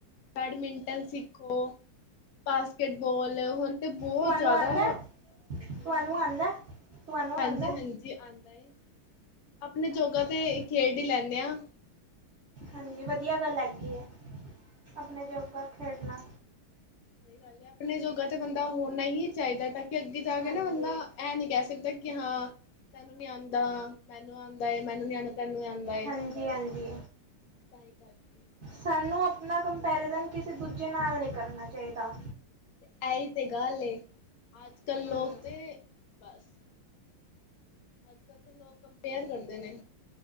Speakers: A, on the left (about 80°); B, on the right (about 55°).
A: ਬੈਡਮਿੰਟਨ ਸਿੱਖੋ, ਬਾਸਕਿਟਬੌਲ ਹੋਣ ਤੇ, ਬਹੁਤ
B: ਤੁਹਾਨੂੰ
A: ਜ਼ਿਆਦਾ
B: ਆਉਂਦਾ ਤੁਹਾਨੂੰ
A: ਹਾਂਜੀ-ਹਾਂਜੀ-
B: ਆਉਂਦਾ ਤੁਹਾਨੂੰ ਆਉਂਦਾ
A: ਹਾਂਜੀ ਆਂਦਾ ਏ। ਅਪਨੇ
B: ਅੱਛਾ
A: ਜੋਗਾ ਤੇ, ਖੇਡ ਹੀ ਲੈਂਨੇ ਹਾਂ।
B: ਹਾਂਜੀ, ਵਧੀਆ ਗੱਲ ਹੈਗੀ ਹੈ। ਆਪਣੇ ਜੋੋਗਾ ਖੇਡਣਾ।
A: ਸਹੀ ਗੱਲ ਹੈ। ਆਪਣੇ ਜੋਗਾ ਤੇ, ਬੰਦਾ ਹੋਣਾ ਹੀ ਚਾਹੀਦਾ। ਤਾਂ ਕਿ, ਅੱਗੇ ਜਾਕੇ
B: ਹਾਂਜੀ
A: ਨਾ ਬੰਦਾ ਐ, ਨੀ ਕਹਿ ਸਕਦਾ ਕਿ, ਹਾਂ, ਤੈਨੂੰ ਨੀ ਆਂਦਾ, ਮੈਨੂੰ ਆਂਦਾ ਏ, ਮੈਨੂੰ ਨੀ ਆਂਦਾ ਤੈਨੂੰ ਆਉਂਦਾ ਹੈ।
B: ਹਾਂਜੀ ਹਾਂਜੀ
A: ਸਹੀ ਕਰਕੇ
B: ਸਾਨੂੰ ਆਪਣਾ ਕੰਪੈਰੀਜ਼ਨ, ਕਿਸੇ ਦੂਜੇ ਨਾਲ ਨਹੀਂ ਕਰਨਾ ਚਾਹੀਦਾ।
A: ਐਹੀ ਤੇ ਗੱਲ ਏ, ਅੱਜ-ਕੱਲ
B: ਹਮ
A: ਲੋਕ ਤੇ ਬਸ! ਅੱਜ-ਕਲ ਤੋ, ਲੋਕ ਕੰਪੇਅਰ ਕਰਦੇ ਨੇ।